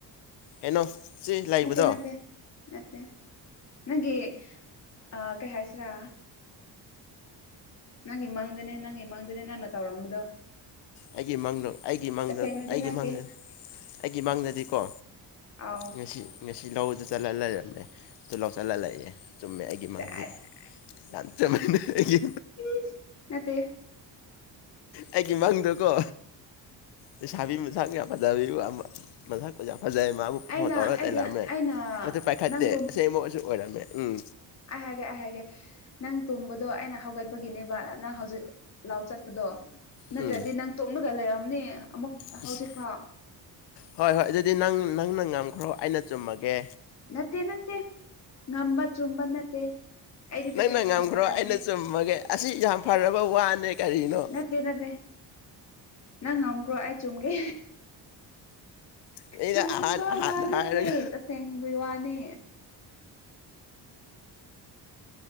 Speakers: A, on the left; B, on the left.
A: ꯀꯩꯅꯣ ꯁꯤ ꯂꯩꯕꯗꯣ
B: ꯅꯠꯇꯦ ꯅꯠꯇꯦ ꯅꯠꯇꯦ ꯅꯪꯒꯤ ꯑ ꯀꯩ ꯍꯥꯏꯁꯤꯔꯥ ꯅꯪꯒꯤ ꯃꯥꯡꯗꯅꯦ ꯅꯪꯒꯤ ꯃꯥꯡꯗꯅꯦ ꯅꯪꯅ ꯇꯧꯔꯝꯕꯗꯣ
A: ꯑꯩꯒꯤ ꯃꯥꯡꯗ ꯑꯩꯒꯤ ꯃꯥꯡꯗ
B: ꯇꯁꯦꯡꯅꯗꯤ
A: ꯑꯩꯒꯤ
B: ꯅꯠꯇꯦ
A: ꯃꯥꯡꯗꯅꯦ ꯑꯩꯒꯤ ꯃꯥꯡꯗꯗꯤꯀꯣ
B: ꯑꯥꯎ
A: ꯉꯁꯤ ꯉꯁꯤ ꯂꯧ ꯆꯜꯂ ꯂꯩꯔꯝꯃꯦ ꯑꯗꯨ ꯂꯧ ꯆꯜꯍꯜꯂꯑꯦ ꯆꯨꯝꯃꯦ ꯑꯩꯒꯤ
B: ꯁꯦꯁ
A: ꯃꯥꯡꯗꯤ ꯌꯥꯝ ꯆꯨꯝꯥꯏꯅ ꯑꯩꯒꯤ
B: ꯄ ꯅꯠꯇꯦ
A: ꯑꯩꯒꯤ ꯃꯪꯗꯀꯣ ꯂꯩꯁꯥꯕꯤ ꯃꯁꯥꯛ ꯌꯥꯝ ꯐꯖꯕꯤꯕ ꯃꯁꯥꯛ ꯑꯣꯖꯥ ꯐꯖꯩ ꯃꯥꯕꯨ
B: ꯑꯩꯅ
A: ꯐꯣꯟ ꯇꯧꯔꯒ
B: ꯑꯩꯒ
A: ꯇꯩꯂꯛꯑꯝꯃꯦ
B: ꯑꯩꯅ
A: ꯃꯗꯨ ꯄꯥꯏꯈꯠꯇꯦ
B: ꯅꯪ
A: ꯑꯁꯦꯡꯕ ꯑꯣꯏꯁꯨ ꯑꯣꯏꯔꯝꯃꯦ ꯎꯝ
B: ꯑꯍꯒꯦ ꯍꯥꯏꯒꯦ ꯅꯪ ꯇꯨꯝꯕꯗꯣ ꯑꯩꯅ ꯍꯧꯒꯠꯄꯒꯤꯅꯦꯕ ꯅꯪ ꯍꯧꯖꯤꯛ ꯂꯥꯎ ꯆꯠꯄꯗꯣ ꯅꯠꯇ꯭ꯔꯗꯤ
A: ꯎꯝ
B: ꯅꯪ ꯇꯣꯛꯂꯒ ꯂꯩꯔꯝꯅꯦ ꯑꯃꯨꯛ
A: ꯏꯁ
B: ꯍꯧꯖꯤꯛ ꯐꯥꯎ
A: ꯍꯣꯏ ꯍꯣꯏ ꯑꯗꯨꯗꯤ ꯅꯪ ꯅꯪꯅ ꯉꯝꯈ꯭ꯔꯣ ꯑꯩꯅ ꯆꯨꯝꯃꯒꯦ
B: ꯅꯠꯇꯦ ꯅꯠꯇꯦ ꯉꯝꯕ ꯆꯨꯝꯕ ꯅꯠꯇꯦ ꯑꯩꯗꯤ ꯇꯁꯦꯡ
A: ꯅꯪꯅ
B: ꯇꯁꯦꯡꯅ
A: ꯉꯝꯈ꯭ꯔꯣ
B: ꯍꯥꯏꯕꯅꯦ
A: ꯑꯩꯅ ꯆꯨꯝꯃꯒꯦ ꯑꯁꯤ ꯌꯥꯝ ꯐꯔꯕ ꯋꯥꯅꯦ ꯀꯔꯤꯅꯣ
B: ꯅꯠꯇꯦ ꯅꯠꯇꯦ ꯅꯪ ꯉꯝꯈ꯭ꯔꯣ ꯑꯩ ꯆꯨꯝꯒꯦ
A: ꯑꯩꯅ
B: ꯆꯨꯝꯕ
A: ꯑꯍꯥꯟ ꯍꯥꯟꯅ
B: ꯋꯥ
A: ꯍꯥꯏꯔꯒ
B: ꯅꯠꯇꯦ ꯇꯁꯦꯡꯕꯒꯤ ꯋꯥꯅꯦ